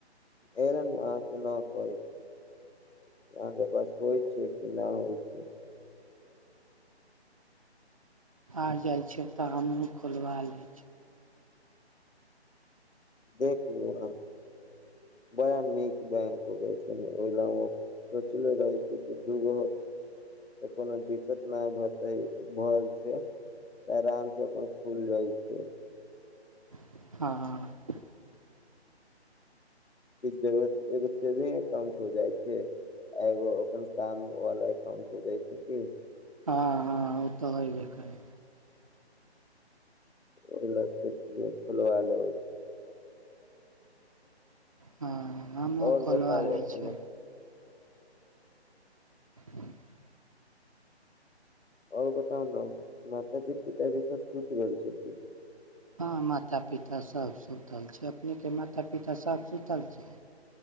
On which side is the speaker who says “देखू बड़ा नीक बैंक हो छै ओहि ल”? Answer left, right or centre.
Left